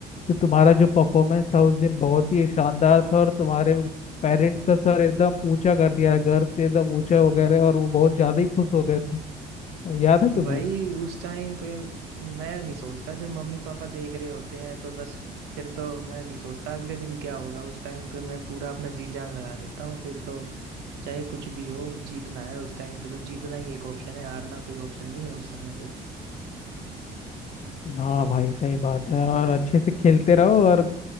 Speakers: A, on the left (about 45°); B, on the right (about 80°).
A: तो तुम्हारा जो परफॉर्मेंस था उस दिन बहुत ही शानदार था और तुम्हारे पेरेंट्स का सर एकदम ऊंचा कर दिया गर्व से एकदम ऊंचा हो गए रहे और वो बहुत ज्यादा ही खुश हो गए थे याद है तुम्हें
B: भाई उस टाइम पे मैं नहीं सोचता जब मम्मी पापा देख रहे होते हैं तो बस फिर तो मैं नहीं सोचता अगले दिन क्या होगा उस टाइम पे मैं पूरा अपना जी जान लगा देता हूँ फिर तो चाहे कुछ भी हो जीतना है उस टाइम पे तो जीतना ही एक ऑप्शन है हारना कोई ऑप्शन नहीं है उस समय पे
A: हाँ भाई सही बात है और अच्छे से खेलते रहो और